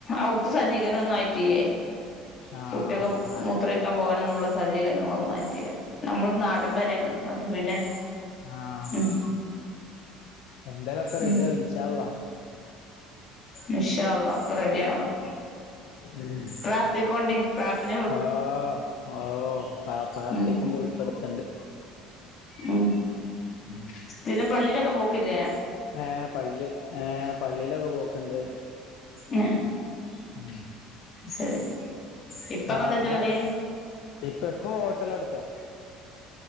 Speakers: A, on the left; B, on the left.
A: ഔത്ത് സജ്ജീകരണം ഒന്നും ആയിട്ടിലേ?
B: ആഹ്
A: കുട്ടിയാക്
B: അതന്നെ
A: മുത്ര ഒഴിക്കാൻ പോകാനൊ ന്നുള്ള. സജ്ജീകരണങ്ങളൊന്നും ആയിട്ടില്ല നമ്മൾ നാടൻ പെരയാണ് അപ്പൊ പിന്നെ.
B: ആഹ
A: ഉം
B: എന്തായാലും ഒക്കെ റെഡിയാവും
A: ഉം
B: ഇൻശാ അള്ളാ.
A: ഇൻഷാ അള്ളാ ഒക്കെ റെഡിയാവണം.
B: ഉം
A: പ്രാർത്ഥിക്കോണ്ടി പ്രാർത്ഥന.
B: ആഹ് ഓഹ്പ പാർത്തിക്കുമ്പ
A: ഉം
B: ഉൾപ്പെടുത്തണ്ട്.
A: ഉം
B: <unintelligible>
A: സ്ഥിരം പള്ളി ലൊക്കെ പോ പിന്നെ
B: ഏഹ്പള്ളി ഏഹ് പള്ളിയിലൊക്കെ പോക്ക്ണ്ട്.
A: ഏ
B: <unintelligible>
A: ശരി ഇപ്പക്കെന്താ
B: ആഹ് എന്നാ
A: ജോലി?
B: ഇപ്പ ഇപ്പ ഹോട്ടല് നടത്താ.